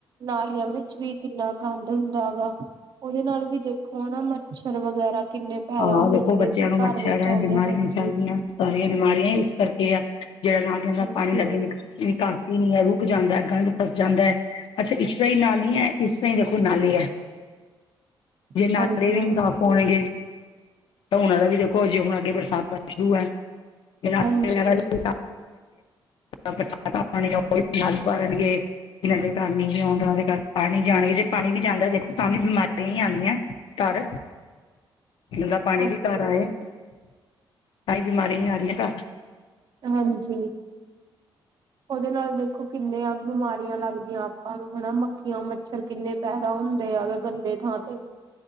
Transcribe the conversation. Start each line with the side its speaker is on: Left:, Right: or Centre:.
Right: ਨਾਲੀਆਂ ਵਿੱਚ ਵੀ ਕਿੰਨਾ ਗੰਦ ਹੁੰਦਾ ਹੈਗਾ। ਉਹਦੇ ਨਾਲ ਵੀ ਦੇਖੋ ਨਾ ਮੱਛਰ ਵਗੈਰਾ ਕਿੰਨੇ। ਪੈਦਾ
Left: ਹਾਂ
Right: ਹੁੰਦੇ
Left: ਦੇਖੋ
Right: ਜਿਹੜੇ
Left: ਬੱਚਿਆਂ
Right: ਕਿ
Left: ਨੂੰ ਮੱਛਰ
Right: ਘਰ ਵਿੱਚ
Left: ਹੈ
Right: ਆਉਂਦੇ
Left: ਬਿਮਾਰੀਆਂ
Right: ਹਾਂਜੀ।
Left: ਫੈਲਦੀਆਂ। ਸਾਰੀਆਂ ਬਿਮਾਰੀਆਂ ਇਸ ਕਰਕੇ ਆ। ਜਿਹੜਾ ਨਾਲੀਆਂ ਦਾ
Right: ਹਾਂਜੀ,
Left: ਪਾਣੀ ਲਾਗੇ ਨਿਕ- ਨਿਕਲ ਹੈ ਰੁਕ ਜਾਂਦਾ, ਗੰਦ ਫਸ ਜਾਂਦਾ ਹੈ। ਅੱਛਾ। ਇਸ ਤਰ੍ਹਾਂ ਹੀ ਨਾਲੀ ਹੀ ਹੈ ਇਸ ਤਰ੍ਹਾਂ ਹੀ ਦੇਖੋ ਨਾਲੇ ਹੈ।
Right: <inaudible>
Left: ਜੇ ਨਾਲੇ
Right: ਹਾਂਜੀ, ਹਾਂਜੀ,
Left: ਵੀ ਸਾਫ਼ ਹੋਣਗੇ। ਤਾਂ ਹੁਨਾਂ ਦਾ ਵੀ ਦੇਖੋ ਜੇ ਹੁਣ ਅੱਗੇ ਬਰਸਾਤ ਤਾਂ ਸ਼ੁਰੂ ਹੈ। <unintelligible>
Right: ਹਾਂਜੀ,
Left: ਆਪ ਹੋ ਬਸਾਤਾਂ ਪਾਣੀਆਂ ਉਹ ਨਾਲ ਭਰਨਗੇ। ਜਿਨਾਂ ਦੇ ਘਰ ਨਹੀਂ ਆਉਂਦਾ ਉਹਦੇ ਘਰ ਪਾਣੀ ਜਾਣਗੇ ਜੇ ਪਾਣੀ ਵੀ ਜਾਂਦਾ ਦੇਖੋ ਤਾਂ ਵੀ ਬਿਮਾਰੀਆਂ ਹੀ ਆਉਂਦੀਆਂ। ਘਰ ਪ ਦਾ ਪਾਣੀ
Right: ਹਾਂਜੀ,
Left: ਵੀ ਘਰ
Right: ਹਾਂਜੀ।
Left: ਆਏ ਕਈ ਬਿਮਾਰੀਆਂ ਨਹੀਂ ਆ ਰਹੀਆਂ ਘਰ।
Right: ਹਾਂਜੀ। ਉਹਦੇ ਨਾਲ ਦੇਖੋ ਕਿੰਨੀਆਂ ਬਿਮਾਰੀਆਂ ਲੱਗਦੀਆਂ ਆਪਾਂ ਹਨਾ। ਮੱਖੀਆਂ, ਮੱਛਰ ਕਿੰਨੇ ਪੈਦਾ ਹੁੰਦੇ ਆਗ ਗੰਦੇ ਥਾਂ ਤੇ।